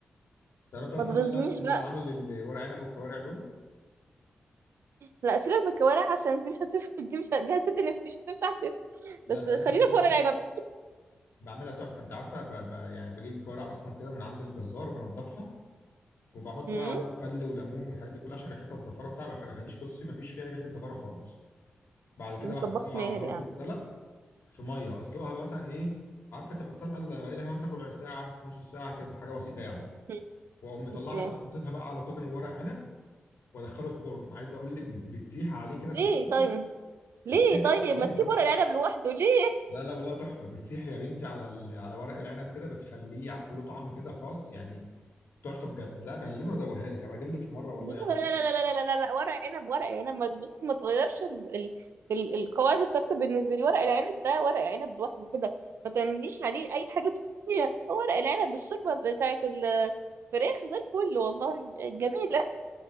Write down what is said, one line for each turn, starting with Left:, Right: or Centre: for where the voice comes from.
Left: تعرفي اصلا
Right: ما تغزنيش
Left: ان انا انا
Right: بقى
Left: اللي عامل الورق عنب والكوارع دول
Right: لا سيبك من الكوارع عشان دي مش هتف <laughs> دي مش ه- دي هتسد نفسي مش هتفتح نفسي
Left: لا
Right: بس
Left: ده عايزك
Right: خلينا
Left: بعملها
Right: في ورق
Left: تحفه
Right: العنب
Left: بعملها تحفه انت عارفه ب... ب... يعني بجيب الكوارع اصلا كده من عند الجزار وبنضفها وبحط
Right: امم
Left: بقى عليها خل وليمون والحاجات دي كلها عشان ريحتها الزفاره بتاعها ما بخ- بخليش بصي ما فيش فيها ريحه زفاره خالص بعد كده بحطها
Right: طباخ ماهر
Left: على النار
Right: يعني
Left: تتسلق في ميه اسلقها مثلا ايه عارفه تبقى سلقه اللي بقى لها مثلا ربع ساعه نص ساعه كده حاجه بسيطه يعني
Right: مم.
Left: واقوم مطلعها
Right: اوكي
Left: بقى حاططها بقى على طاجن ورق عنب وادخله الفرن عايز اقول لك بت- بتسيح عليه كده
Right: ليه
Left: في الفرن.
Right: طيب ليه
Left: بتسيح
Right: طيب ما
Left: بقول
Right: تسيب
Left: لك اهو
Right: ورق العنب لوحده ليه
Left: لا لا والله تحفه بتسيح يا بنتي على ال... على ورق العنب كده بتخليه عارفه له طعم كده خاص يعني تحفه بجد لا انا لازم ادوقها لك هبقى اجيب لك في مره والله
Right: لا
Left: يعني مثلا
Right: لا لا لا لا لا لا لا، ورق عنب ورق عنب ما تبص ما تغيرش ال... ال... ال... القواعد الثابته بالنسبه لي ورق العنب ده ورق عنب لوحده كده ما تعمليش عليه اي حاجه تانية هو ورق العنب بالشوربه بتاعت الفراخ زي الفل والله جميله